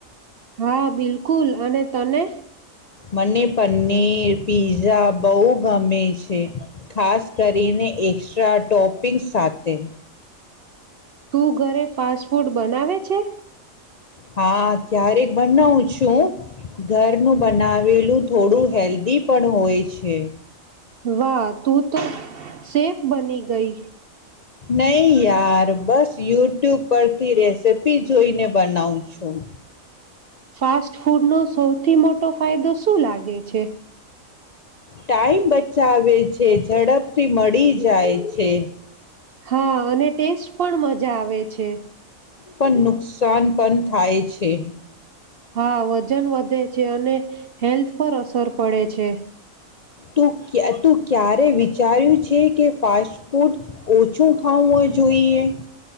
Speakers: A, on the right (about 60°); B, on the left (about 55°).
A: હા બિલકુલ અને તને?
B: મને પનીર પીઝા બહુ ગમે છે ખાસ કરીને એક્સ્ટ્રા ટોપિંગ સાથે.
A: તું ઘરે ફાસ્ટ ફૂડ બનાવે છે?
B: હા ક્યારેક બનાવું છું ઘરનું બનાવેલું થોડું હેલ્ધી પણ હોય છે.
A: વાહ તું તો સેફ બની ગઈ.
B: નહીં યાર બસ યુટ્યુબ પરથી રેસીપી જોઈને બનાવું છું.
A: ફાસ્ટ ફૂડનો સૌથી મોટો ફાયદો શું લાગે છે?
B: ટાઈમ બચાવે છે ઝડપથી મળી જાય છે.
A: હા અને ટેસ્ટ પણ મજા આવે છે.
B: પણ નુકસાન પણ થાય છે.
A: હા વજન વધે છે અને હેલ્થ પર અસર પડે છે.
B: તું ક્યાં તું ક્યારે વિચાર્યું છે કે ફાસ્ટ ફૂડ ઓછું ખાવું જોઈએ.